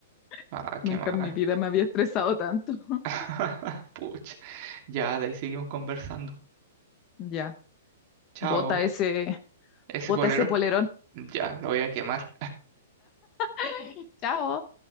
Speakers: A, on the right; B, on the left.
A: Ah,
B: <laughs>
A: qué
B: Nunca
A: mal.
B: en mi vida me había estresado tanto. <laughs>
A: <laughs> Pucha. Ya, de ahí seguimos conversando.
B: Ya,
A: Chao.
B: bota ese,
A: Ese
B: bota
A: polerón.
B: ese polerón.
A: Ya, lo voy a quemar.
B: <laughs> Chao.